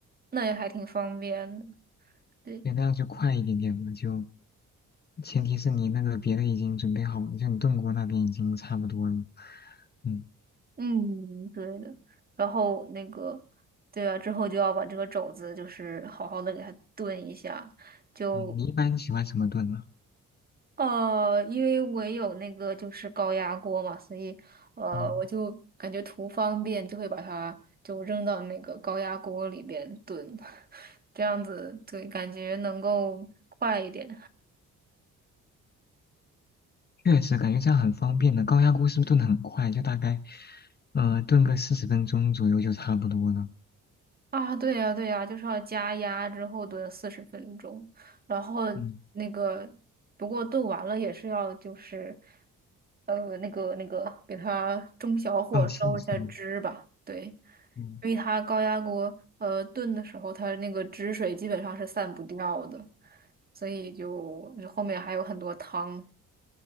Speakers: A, on the right; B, on the left.
A: 那也还挺方便的。对。
B: 对，那样就快一点点嘛。就前提是你那个别的已经准备好了，就你炖锅那边已经差不多了。嗯
A: 嗯，对的。然后那个，对啊，之后就要把这个肘子就是好好的给它炖一下。就
B: 嗯，你一般喜欢什么炖呢？
A: 呃，因为我也有那个就是高压锅嘛，所以呃，
B: 嗯，
A: 我就感觉图方便，就会把它就扔到那个高压锅里边炖，<laughs> 这样子对，感觉能够快一点。
B: 确实感觉这样很方便的。高压锅是不是炖的很快？就大概呃炖个四十分钟左右就差不多了。
A: 啊，对呀，对呀，就是要加压之后炖四十分钟，然后
B: 嗯，
A: 那个，不过炖完了也是要就是，呃，那个那个，给它中小火烧一下汁吧，
B: 放气是吗？
A: 对，因
B: 嗯嗯
A: 为它高压锅呃炖的时候，它那个汁水基本上是散不掉的，所以就就后面还有很多汤。